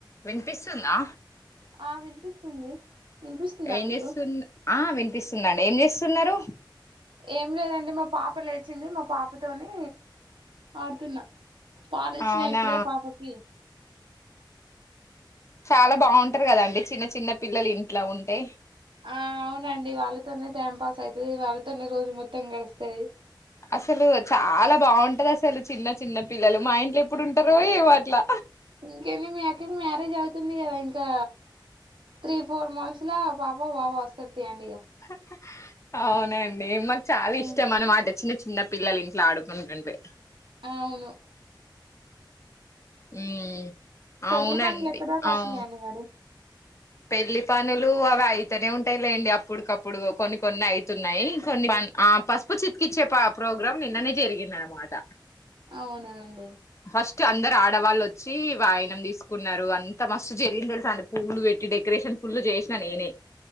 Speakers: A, on the left; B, on the right.
A: వినిపిస్తుందా!
B: ఆ వినిపిస్తుంది. వినిపిస్తుందా
A: ఏం
B: మీకు
A: చేస్తునన్ ఆ వినిపిస్తుందండి ఏం జెస్తున్నరు
B: ఏం లేదండి మా పాప లేచింది. మా పాపతోని ఆడుతున్న పాలిచ్చినా
A: అవునా
B: ఇప్పుడే పాపకి
A: చాలా బావుంటరు కదండి చిన్న చిన్న పిల్లలు ఇంట్ల ఉంటే
B: ఆ అవునండి వాళ్ళతోనే టైం పాస్ అయితది. వాళ్ళతోనే రోజు మొత్తం గడుస్తది
A: అసలు చాలా బాగుంటది అసలు చిన్న చిన్న పిల్లలు మా ఇంట్లో ఎప్పుడుంటరో ఏమో అట్ల
B: ఇంకేది మీ అక్కకి మ్యారేజ్ అవుతుంది గదా ఇం ఇంకా త్రీ ఫోర్ మంత్స్ లా పాపో బాబో వస్తడు తీయండి ఇగ
A: <unintelligible> అవునండి మాకు చాలా
B: హ్మ్
A: ఇష్టం అన్న మాట చిన్న చిన్న పిల్లలు ఇంట్లో ఆడుకుంటుంటే.
B: అవును.
A: ఉమ్
B: పెళ్లి
A: అవునండి
B: పనులు ఎక్కడిదాకా
A: అవు
B: వచ్చినాయి అండి మారి.
A: పెళ్లి పనులు అవి అయితనే ఉంటాయిలేండి అప్పుడికప్పుడు కొన్ని కొన్ని అయితున్నాయి కొన్ని. ఆహ్ పసుపు చిత్కిచ్చే ప్రోగ్రాం నిన్ననే జరిగింది అనమాట.
B: అవునా అండి
A: ఫస్ట్ అందరు ఆడవాళ్ళు వచ్. వచ్చి వాయినం తీసుకున్నారు అంత మస్తు జరిగింది తెలుస అండి పూలు పెట్టి. డెకరేషన్ ఫుల్ చేసినా నేనే.